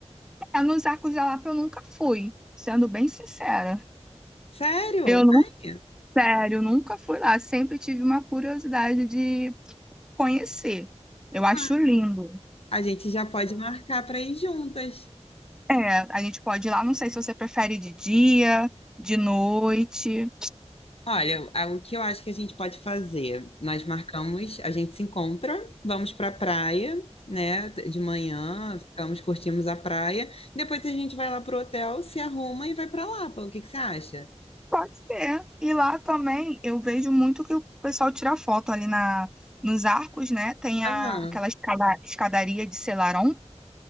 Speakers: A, in the centre; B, on the left.
A: É, nos Arcos da Lapa eu nunca fui, sendo bem sincera.
B: Sério?
A: Eu não,
B: Ai,
A: sério, nunca fui lá, sempre tive uma curiosidade de conhecer. Eu acho
B: ah,
A: lindo.
B: a gente já pode marcar para ir juntas.
A: É, a gente pode ir lá, não sei se você prefere de dia, de noite.
B: Olha, a- o que eu acho que a gente pode fazer? Nós marcamos, a gente se encontra, vamos para a praia, né? De manhã, ficamos, curtimos a praia. Depois a gente vai lá pro hotel, se arruma e vai para Lapa. O que que você acha?
A: Pode ser. E lá também eu vejo muito que o pessoal tira foto ali na, nos arcos, né? Tem
B: Aham.
A: a, aquela escada- escadaria de Selarón,